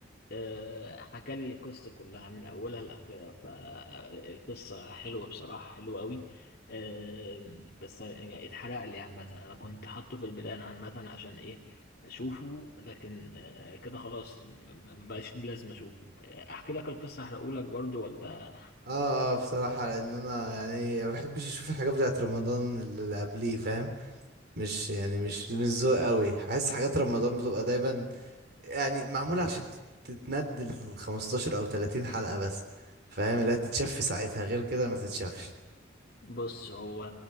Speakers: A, on the left; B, on the right.
A: آه، حكى لي القصة كلها من أولها لآخرها فالقصة حلوة بصراحة حلوة أوي آه، بس يعني اتحرق لي عامة أنا كنت حاطه في البلان عامة عشان إيه أشوفه لكن آه، كده خلاص م- م- مبقاش لي لازم أشوفه آه، أحكي لك القصة أحرقهولك برضو ولا
B: اه اه بصراحة لأن أنا يعني ما بحبش أشوف الحاجات بتاعت رمضان اللي قبليه فاهم مش يعني مش من ذوق قوي بحس حاجات رمضان بتبقى دايما يعني معمولة عشان تت- تتندل 15 او 30 حلقة بس فاهم لا تتشاف في ساعتها غير كده ما تتشافش
A: بص هو